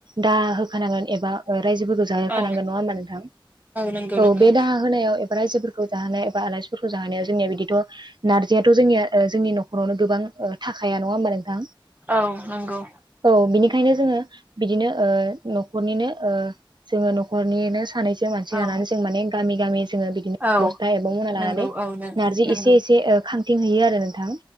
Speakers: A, on the right (about 55°); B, on the right (about 20°).
A: दा होखानांगोन एबा रायजोेफोरखौ जाहोखानांगोन
B: औ
A: नङा होमबा नोंथां।
B: नंगौ
A: औ
B: नंगौ
A: बे दाहा होनायाव एबा रायजोफोरखौ जाहोनायाव एबा आलासिफोरखौ जाहोनायाव जोंनिया बिदिथ' नारजियाथ' जोंनिया ओ जोंनि न' खरआवनो गोबां थाखाया नङा हबा नोंथां
B: औ नंगौ
A: औ बिनि खायनो जोङो बिदिनो ओ न'खरनिनो ओ जोङो न'खरनिनो सानैसो मानसि
B: औ
A: लानानै जों माने गामि गामि जोङो बिदिनो
B: औ
A: बबस्था एबा मना लानानै
B: नंगौ औ नों
A: नार्जि
B: नंगौ
A: एसे एसे ओ खांथिंहैयो आरो नोंथां।